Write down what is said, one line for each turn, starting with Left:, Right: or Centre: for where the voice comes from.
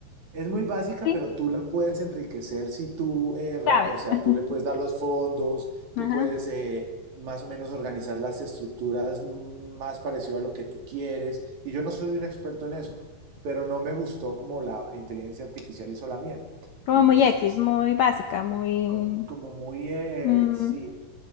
Right: es muy básica,
Left: ¿sí?
Right: pero tú la puedes enriquecer si tú, eh, re-
Left: ¿Sabes?
Right: o sea,
Left: <laughs>
Right: tú le puedes dar los fondos, tú
Left: Ajá.
Right: puedes eh, más o menos organizar las estructuras más parecido a lo que tú quieres. Y yo no soy un experto en eso, pero no me gustó como la inteligencia artificial hizo la mía.
Left: Como
Right: Entonces,
Left: muy X, muy básica, muy...
Right: como, como muy, eh,
Left: mm,
Right: sí,